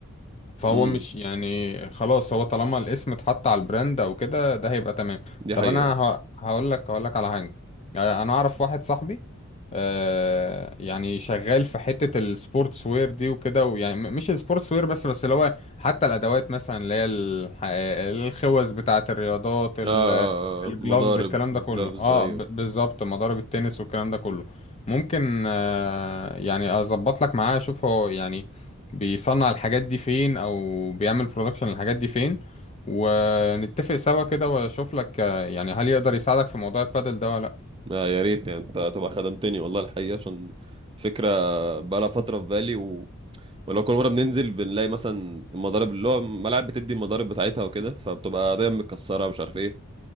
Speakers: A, on the left; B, on the right.
A: فهو
B: امم
A: مش يعني خلاص هو طالما الاسم اتحط على البراند او كده ده هيبقى تمام
B: دي
A: طب
B: حقيقة
A: انا ه- هقول لك هقول لك على حاجه آه، انا اعرف واحد صاحبي آه، يعني شغال في حته السبورتس وير دي وكده ويعني م- مش السبورتس وير بس بس اللي هو حتى الادوات مثلا اللي هي الح- الخوذ بتاعه الرياضات ال-
B: اه آه،
A: الجلوفز
B: آه، مضارب
A: الكلام ده كله
B: جلافز
A: اه
B: ايوه
A: ب- بالظبط مضارب التنس والكلام ده كله ممكن آه، يعني اظبط لك معاه اشوف هو يعني بيصنع الحاجات دي فين او بيعمل برودكشن الحاجات دي فين ونتفق سوا كده واشوف لك آه، يعني هل يقدر يساعدك في موضوع البادل ده ولا لا
B: آه يا ريت يعني انت تبقى خدمتني والله الحقيقه عشان فكره بقالها فتره في بالي و... ولو كل مره بننزل بنلاقي مثلا المضارب اللي هو ملاعب بتدي المضارب بتاعتها وكده فبتبقى دايما متكسره مش عارف ايه